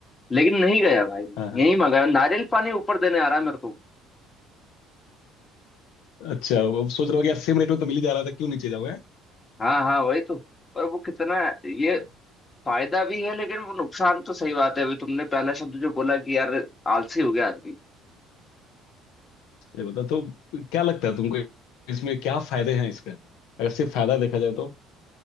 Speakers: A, on the left; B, on the left.
A: लेकिन नहीं गया भाई मैं
B: हाँ हाँ
A: यही मंगाया नारियल पानी ऊपर देने आ रहा है मेरे को
B: अच्छा अब सोच रहा हो कि यार सेम रेट में तो मिल ही जा रहा था क्यों नीचे जाओगे
A: हाँ हाँ वही तो पर वो कितना ये
B: हम्म,
A: फायदा भी है लेकिन वो नुकसान तो सही बात है अभी तुमने पहला शब्द जो बोला कि यार आलसी हो गया आदमी
B: ये बता तो क्या लगता है तुमको इसमें क्या फायदे हैं इसका अगर सिर्फ फायदा देखा जाए तो